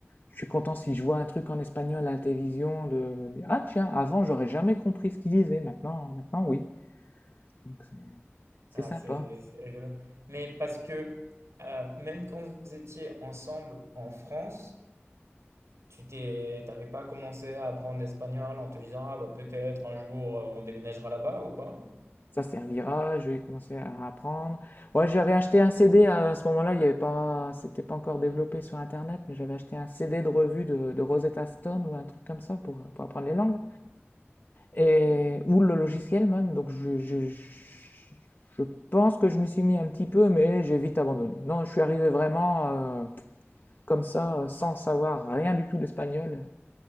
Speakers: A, on the left (about 50°); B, on the right (about 85°).
A: Je suis content si je vois un truc en espagnol à la télévision de, ah tiens, avant j'aurais jamais compris ce qu'ils disaient, maintenant, maintenant oui. Donc c'est c'est
B: Ah,
A: sympa.
B: c'est c'est rigolo. Mais parce que, heu, même quand vous étiez ensemble en France, Tu t'es, t'avais pas commencé à apprendre l'espagnol en te disant, ah bah peut-être un jour euh, on déménagera là-bas ou quoi?
A: Ça servira, je vais commencer à apprendre. Ouais, j'avais acheté un CD à ce moment-là, il y avait pas, c'était pas encore développé sur Internet, mais j'avais acheté un CD de revue de, de Rosetta Stone ou un truc comme ça pour, pour apprendre les langues, et, ou le logiciel même. Donc je, je, je- je pense que je me suis mis un petit peu, mais j'ai vite abandonné. Non, je suis arrivé vraiment euh, comme ça, euh, sans savoir rien du tout d'espagnol,